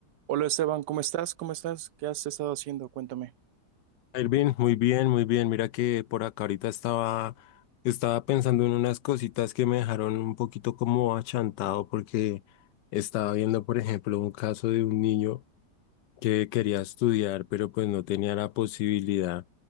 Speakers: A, on the right; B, on the left.
A: Hola Esteban, ¿cómo estás? ¿Cómo estás? ¿Qué has estado haciendo? Cuéntame.
B: Irvin, muy bien, muy bien. Mira que por acá ahorita estaba, estaba pensando en unas cositas que me dejaron un poquito como achantado porque estaba viendo, por ejemplo, un caso de un niño que quería estudiar, pero pues no tenía la posibilidad.